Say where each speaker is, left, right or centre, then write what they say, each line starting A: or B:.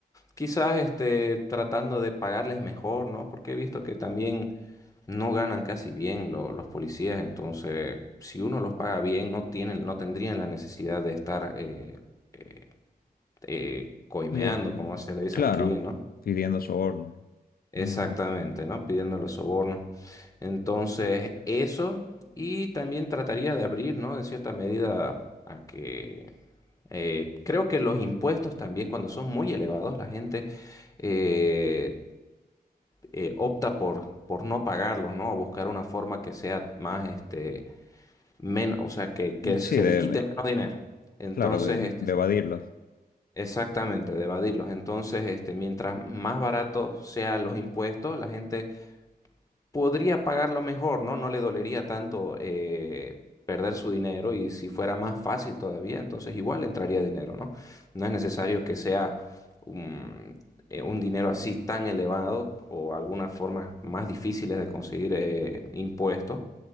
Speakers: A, on the left; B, on the left.
A: Quizás este, tratando de pagarles mejor, ¿no? Porque he visto que también no ganan casi bien lo- los policías, entonces si uno los paga bien, no tienen, no tendrían la necesidad de estar eh, eh, eh, coimeando,
B: Eh, c-
A: como se le dice
B: claro,
A: aquí, ¿no?
B: pidiendo soborno.
A: Exactamente,
B: Ujú.
A: ¿no? Pidiendo los sobornos. Entonces, eso, y también trataría de abrir, ¿no? En cierta medida a que eh, creo que los impuestos también, cuando son muy elevados, la gente eh, eh, opta por, por no pagarlos, ¿no? O buscar una forma que sea más, este, menos, o sea, que, que
B: Sí,
A: se
B: de,
A: les quite menos dinero. Entonces,
B: claro, de,
A: este,
B: de evadirlos.
A: exactamente, de evadirlos. Entonces, este, mientras más baratos sean los impuestos, la gente podría pagarlo mejor, ¿no? No le dolería tanto eh, perder su dinero y si fuera más fácil todavía, entonces igual entraría dinero, ¿no? No es necesario que sea un, eh, un dinero así tan elevado o algunas formas más difíciles de conseguir eh, impuestos